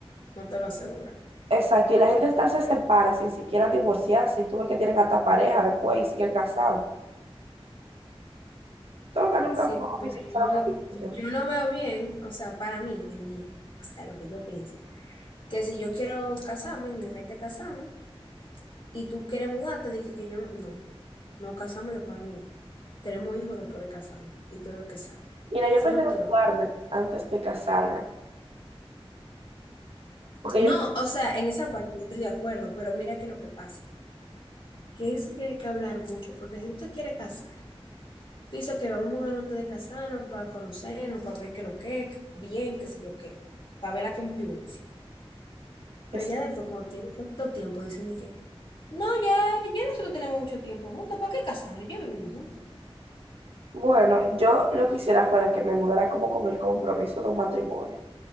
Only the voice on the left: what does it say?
no te lo aseguro.
Sí,
pero yo,
yo no veo bien, o sea, para mí, en mí, o sea, lo que yo pienso, que si yo quiero casarme, mi meta es casarme, y tú quieres mudarte, dije que yo no. No casamos y después nos mudamos. Tenemos hijos después de casarnos y todo lo que sabe.
Si
no te va.
No,
o sea, en esa parte no estoy de acuerdo, pero mira que lo que pasa, que eso tiene que hablar mucho, porque si tú te quieres casar, tú dices que vamos a mudarnos antes de casarnos para conocernos, para ver qué lo que es, bien, qué sé yo qué, para ver la convivencia. Pero
ya después, cuando tienen cierto tiempo, dicen de que, no, ya, ya nosotros tenemos mucho tiempo juntos, ¿para qué casarnos? Ya vivimos juntos.